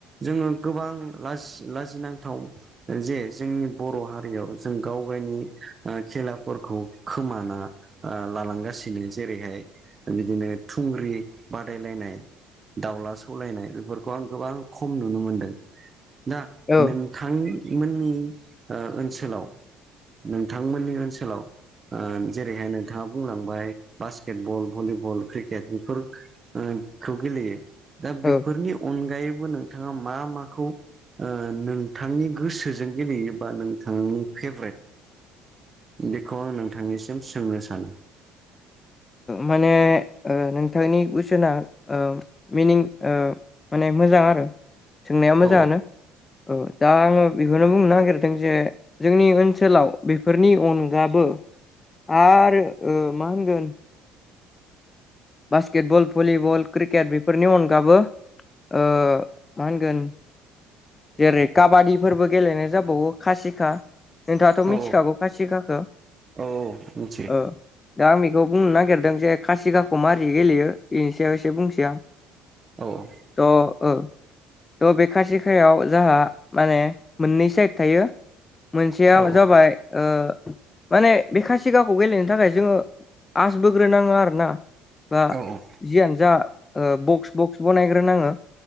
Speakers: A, on the right; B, on the left.
A: जोङो गोबां लाज लाजिनांथाव जे जोंनि बर' हारि याव जों गाव गायनि खेलाफोरखौ खोमाना लालांगासिनो जेरैहाय बिदिनो थुंग्रि बादायलायनाय दावला सौलायनाय बेफोरखौ आं गोबां खम नुनो मोनदों दा
B: औ
A: नोंथांमोननि ओनसोलाव नोंथांमोननि ओनसोलाव ओ जेरैहाय नोंथाङा बुंलांबाय बास्केट बल भलिबल क्रिकेट बेफोरखौ गेलेयो दा
B: औ
A: बेफोरनि अनगायैबो नोंथाङा मा माखौ ओ नोंथांनि गोसोजों गेलेयोबा नोंथांनि फेभ्रेट बेखौ आं नोंथांनिसिम सोंनो सानो
B: माने नोंथांनि कुइसना ओ मिनिं माने मोजां आरो सोंनाया मोजाङानो
A: औ
B: औ दा आङो बेखौनो बुंनो नागिरदों जे जोंनि ओनसोलाव बेफोरनि अनगाबो आरो ओ मा होनगोन बास्केटबल भलिबल क्रिकेट बेफोरनि अनगाबो ओ मा होनगोन जेरै काबादिफोरबो गेलेनाय जाबावो खासिखा नोंथाङाथ'
A: औ
B: मिथिखागौ खासिगाखो
A: औ मिथियो
B: ओ दा आं बेखौ बुंनो नागिरदों जे खासिगाखौ मारै गेलेयो बेनि सायाव एसे बुंसै आं
A: औ औ
B: थ' ओ थ' बे खासिखायाव जाहा माने मोननै साइड थायो मोनसेया
A: औ
B: जाबाय ओ माने बे खासिगाब खौ गेलेनो थाखाय जोङो आस बोग्रोनाङो आरो ना बा
A: औ औ
B: जियानो जा ओ बक्स बक्स बनायग्रोनाङो